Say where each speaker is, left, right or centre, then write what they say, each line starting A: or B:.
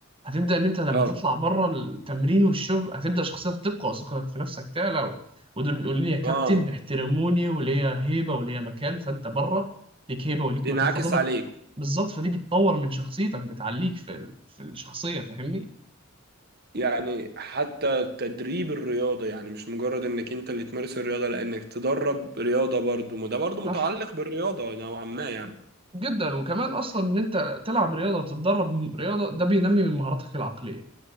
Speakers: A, on the right (about 25°); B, on the right (about 50°).
A: هتبدأ إن أنت لما
B: اه
A: تطلع بره التمرين والشغل هتبدأ شخصيتك تقوى وثقتك في نفسك تعلى و- ودول بيقولوا لي يا كابتن
B: اه
A: بيحترموني وليا هيبة وليا مكان فأنت بره ليك هيبة وليك
B: بينعكس
A: مكان فده بت-
B: عليك
A: بالظبط فدي بتطور من شخصيتك بتعليك في ال- في الشخصية فاهمني؟
B: يعني حتى تدريب الرياضة يعني مش مجرد انك انت اللي تمارس الرياضة لانك تدرب رياضة برضو ما ده برضو
A: صح
B: متعلق بالرياضة نوعا ما يعني
A: جدا وكمان أصلا إن أنت تلعب رياضة وتتدرب رياضة ده بينمي من مهاراتك العقلية